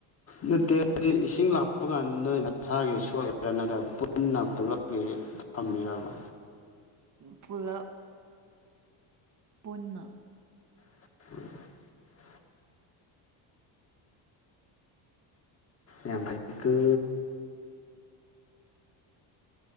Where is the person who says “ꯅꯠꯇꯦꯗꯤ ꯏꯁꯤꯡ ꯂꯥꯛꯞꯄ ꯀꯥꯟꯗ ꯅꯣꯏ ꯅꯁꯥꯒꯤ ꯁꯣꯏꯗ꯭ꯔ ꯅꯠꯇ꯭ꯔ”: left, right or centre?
Left